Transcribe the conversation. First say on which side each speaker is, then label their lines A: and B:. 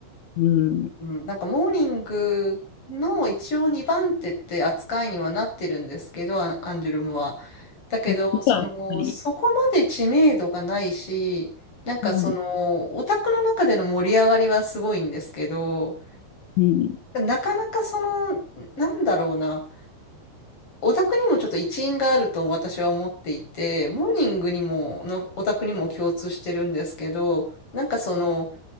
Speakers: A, on the left; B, on the left.
A: うん、
B: うん、なんかモーニングの一応2番手って扱いにはなってるんですけど、アアンジュルムは。だけど、
A: そっちはやっぱり、
B: その、そこまで知名度がないし、なんかその、
A: うん、
B: オタクの中での盛り上がりはすごいんですけど、
A: うん、
B: なかなかその、なんだろうな、オタクにもちょっと一因があると私は思っていて、モーニングにも、のオタクにも共通してるんですけど、なんかその、